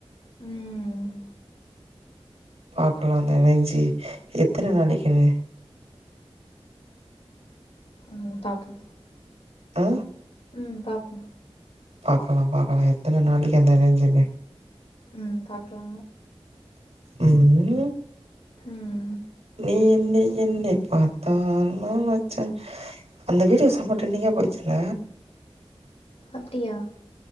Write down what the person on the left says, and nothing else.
ம்
ம் பாக்ள
ம் பாப்போ
ம் பாக்லா
ம்
அப்டியா